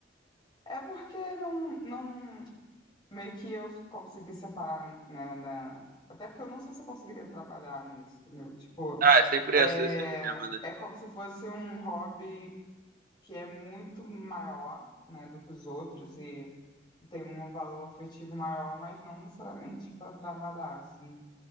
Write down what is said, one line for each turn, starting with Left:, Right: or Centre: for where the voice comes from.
Left: É porque não, não. Meio que eu consegui separar, né? Da... Até porque eu não sei se eu conseguiria trabalhar nisso, entendeu? Tipo,
Right: Ah, é sempre
Left: é,
Right: essa, esse dilema, né?
Left: é como se fosse um hobby que é muito maior, né, do que os outros e. tem um valor afetivo maior, mas não necessariamente para trabalhar, assim.